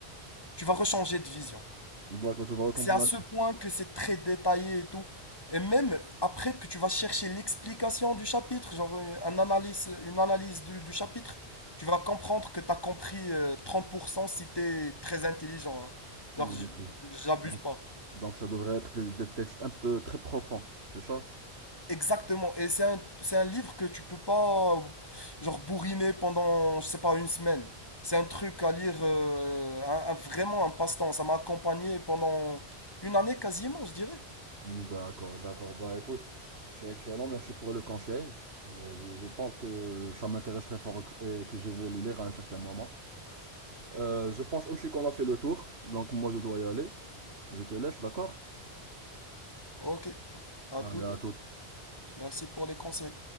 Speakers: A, on the left; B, on the right.
A: tu vas rechanger de vision.
B: D'accord, tu vas comprendre.
A: C'est à ce point que c'est très détaillé et tout. Et même après que tu vas chercher l'explication du chapitre, genre euh, un analyse, une analyse du, du chapitre, tu vas comprendre que tu as compris euh, 30% si tu es très intelligent. hein.
B: Ok.
A: Genre, j- j'abuse
B: Donc,
A: pas.
B: donc ça devrait être des, des textes un peu très profonds, c'est ça?
A: Exactement. Et c'est un, c'est un livre que tu peux pas, euh, genre, bourriner pendant, je sais pas, une semaine. C'est un truc à lire, euh, un- un- vraiment un passe-temps. Ça m'a accompagné pendant une année quasiment, je dirais.
B: D'accord, d'accord. Bah écoute, c'est excellent. Merci pour le conseil. Je, je- je pense que ça m'intéresse très fort et que je vais le lire à un certain moment. Euh, je pense aussi qu'on a fait le tour. Donc moi je dois y aller. Je te laisse, d'accord?
A: Ok, à
B: Allez,
A: toute.
B: à toute.
A: Merci pour les conseils.